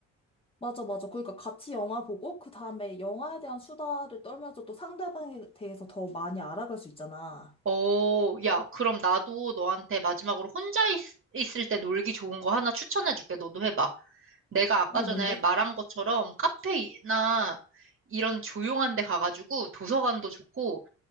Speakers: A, on the left; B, on the right.
A: 맞아, 맞아. 그러니까 같이 영화 보고 그 다음에 영화에 대한 수다를 떨면서 또 상대방에 대해서 더 많이 알아갈 수 있잖아.
B: 어, 야, 그럼 나도 너한테 마지막으로 혼자 있, 을때 놀기 좋은 거 하나 추천해줄게. 너도 해봐. 내가 아까
A: 어,
B: 전에
A: 뭔데?
B: 말한 것처럼 카페나 이런 조용한 데 가가지고 도서관도 좋고,